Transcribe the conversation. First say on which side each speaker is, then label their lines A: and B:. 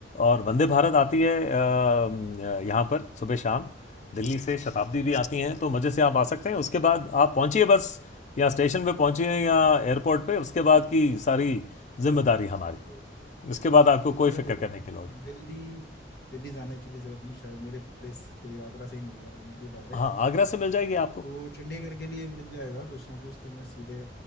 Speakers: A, on the left; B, on the left.
A: और वंदे भारत आती है अ, अ,
B: ये,
A: यहाँ पर सुबह शाम दिल्ली से शताब्दी
B: ठीक
A: भी
B: है
A: आती हैं तो मज़े से आप आ सकते हैं उसके बाद आप पहुँचिए बस या स्टेशन पे पहुँचिए या एयरपोर्ट पे उसके बाद की सारी जिम्मेदारी हमारी
B: तो
A: उसके बाद आपको
B: चलो
A: कोई
B: मैं
A: फिक्र
B: देखता
A: करने
B: हूँ
A: की लोड़ नहीं
B: दिल्ली दिल्ली जाने की भी जरूरत नहीं शायद मेरे प्लेस से ही, आगरा से ही मिल जाए मुझे डायरेक्ट
A: हाँ आगरा से मिल जाएगी आपको
B: तो चंडीगढ़ के लिए मिल जाएगा कुछ ना कुछ तो मैं सीधे